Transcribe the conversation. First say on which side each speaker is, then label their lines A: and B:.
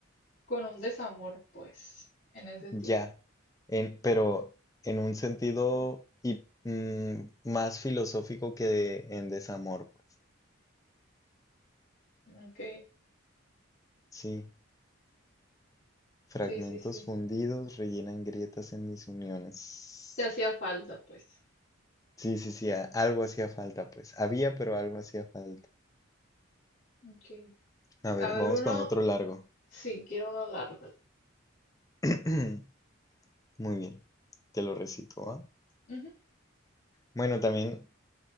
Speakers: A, on the left; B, on the left.
A: con un desamor, pues, en ese
B: Ya,
A: tiempo.
B: en, pero en un sentido y, mm, más filosófico que de- en desamor, pues.
A: Ok,
B: Sí, fragmentos
A: sí, sí, sí.
B: fundidos rellenan grietas en mis uniones.
A: Te hacía falta, pues.
B: Sí, sí, sí, a- algo hacía falta, pues. Había, pero algo hacía falta.
A: Ok.
B: A ver,
A: A ver,
B: vamos
A: uno.
B: con otro largo.
A: Sí, quiero uno largo.
B: <clears throat> Muy bien, te lo recito, ¿va?
A: Ujú,
B: Bueno, también